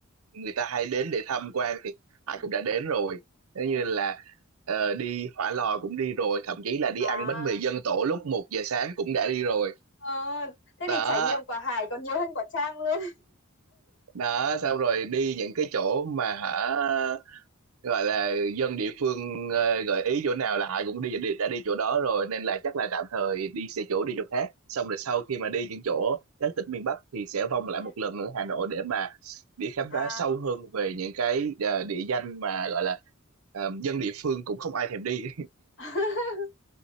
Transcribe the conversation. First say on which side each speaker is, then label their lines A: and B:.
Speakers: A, on the right; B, on the left.
A: người ta hay đến để tham quan thì Hải
B: ừ
A: cũng đã đến rồi nếu
B: ừ.
A: như là ờ, đi Hỏa Lò cũng đi rồi thậm chí là đi
B: à
A: ăn bánh mì dân tổ lúc một giờ sáng cũng đã đi rồi
B: ờ, thế
A: đó
B: thì trải nghiệm của Hải còn nhiều hơn của Trang luôn
A: <clears throat> đó xong rồi đi những cái chỗ mà hả gọi là dân địa phương ờ, gợi ý chỗ nào là họ cũng đi đã đi chỗ đó rồi nên là chắc là tạm thời đi xe chỗ đi chỗ khác xong rồi sau khi mà đi những chỗ các tỉnh miền Bắc thì sẽ vòng
B: <laughs>
A: lại
B: ừ.
A: một lần nữa Hà Nội để mà đi khám
B: à
A: phá sâu hơn về những cái ờ, địa danh mà gọi là ờ, dân địa phương cũng không ai thèm đi
B: <laughs>